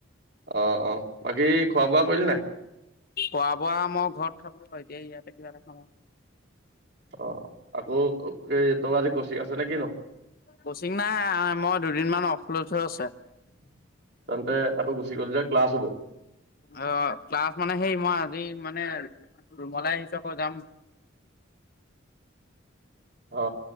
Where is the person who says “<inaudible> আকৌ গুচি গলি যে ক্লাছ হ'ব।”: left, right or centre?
Right